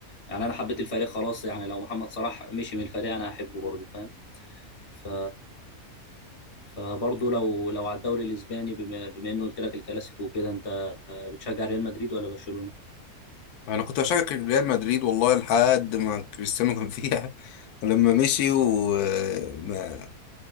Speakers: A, on the left; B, on the left.
A: يعني انا حبيت الفريق خلاص يعني لو محمد صلاح مشي من الفريق انا هحبه برضو فاهم ف فبرضه لو لو على الدوري الاسباني بما, بما انه قلت لك الكلاسيكو وكده انت آه، بتشجع ريال مدريد ولا برشلونة
B: انا كنت بشجع ريال مدريد والله لحد ما كريستيانو كان فيها <laughs> لما مشي ومش